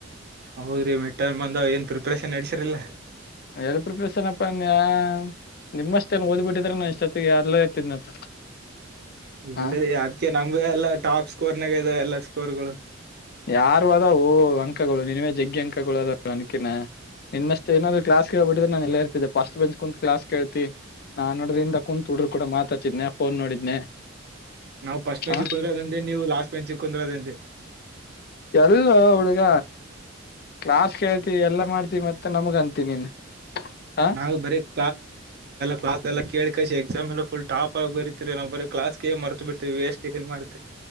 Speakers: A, on the right (about 55°); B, on the left (about 50°).
A: ಹೌದ್ರಿ ಮೆಟ್ಟರ್ ಬಂದಾವ್ ಏನ್ ಪ್ರಿಪರೇಷನ್ ನಡಸಿರ್ಲಾ
B: <unintelligible> ನಿಮ್ಮಷ್ಟೇ ಓದು ಬಿಟ್ಟಿದ್ರೆ ನಾನ್ಷ್ಟೊತ್ತಿಗೆ ಯಾರ್ಲೇ ಇರ್ತಿದ್ನಪ್ಪ
A: ಎಲ್ಲಿ
B: ಹ
A: ಅದ್ಕ ನಮ್ ಎಲ್ಲ ಟಾಪ್ ಸ್ಕೋರ್ ನಾಗ ಇದಾವ ಎಲ್ಲಾ ಸ್ಕೋರ್ಗಳು
B: ಯಾರು ಅದ ಅಂಕಗಳು ನಿನ್ವೇ ಜಗ್ಗಿ ಅಂಕಗಳು ಅದ ಅನಕಿನ ನಿನ್ನಷ್ಟು ಏನಾದ್ ಕ್ಲಾಸ್ ಕೇಳಳ್ಬಟ್ಟಿದೆ ನಾನ ಎಲ್ಲ ಇರ್ತಿದ್ದ ಸ್ಟ್ ಬೆಂಚ್ ಕುಂತ ಕ್ಲಾಸ್ ಕೇತಿ ನಾ ನೋಡ್ರಿಂದ ಕುಂತ್ ಹುಡರು ಕಡ ಮಾತಾತಿದ್ನೆ ಫೋನ್ ನೋಡಿದ್ನೆ
A: ನಾವು ಸ್ಟ್ ಮ್ಯಾಚ್
B: ಹ
A: ಕ ಕುಂದರದೆ ನೀವು ಲಾಸ್ಟ್ ಮ್ಯಾಚಿಗೆ ಕುಂದರದೆ
B: ಎಲ್ಲ ಹುಳಗ ಕ್ಲಾಸ್ ಕೇಳ್ತಿ ಎಲ್ಲಾ ಮಾಡ್ತಿ ಮತ್ತೆ ನಮಗ ಅಂತ ನೀನ್ ಹ
A: ಅದು ಬರಿ ನೀವು ಕ್ಲಾಸ್ ಕೇಳುತ್ತೀರಿ ಎಕ್ಸಾಮ್ ಎಲ್ಲಾ ಫುಲ್ ಟಾಪ್ ಬರಿತಿರಿ <unintelligible> ಮತು ಬಿಡ್ತತಿ ವೇಸ್ಟ್ ಏನ್ ಮಾಡ್ತತಿ